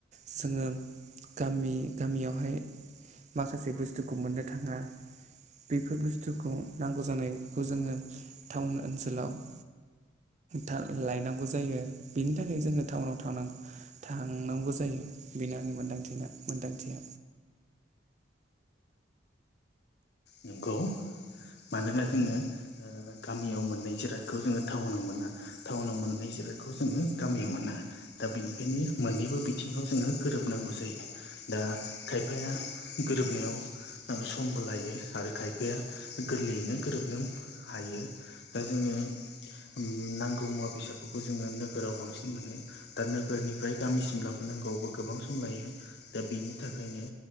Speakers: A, on the right; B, on the left.
A: जोङो गामि गामियावहाय माखासे बुस्थुखौ मोननो थाङा बेफोर बुस्थुखौ नांगौ जानायखौ जोङो टाउन ओनसोलाव थाल लायनांगौ जायो बिनि थाखाय जोङो टाउनाव थांनांगौ। थांनांगौ जायो बेनो आंनि मोनदांथिना मोनदांथिया।
B: नंगौ। मानोना जोङो ओ गामियाव मोननाय जिरादखौ जोङो टाउनाव मोना। टाउनाव मोननाय जिरायखौ जोङो गामियाव मोना। दा बेनिखायनो मोननैबो बिथिङाव जोङो गोरोबनांगौ जायो। दा खायफाया गोरोबनायाव ओ समबो लायो। आरो खायफाया गोरलैयैनो गोरोबनो हायो। दा जोङो ओम नांगौ मुवा बेसादफोरखौ जोङो नोगोराव बांसिन मोनो। दा नोगोरनिफ्राय गामिसिम लाबोनांगौआवबो गोबां सम लायो। दा बेनि थाखायनो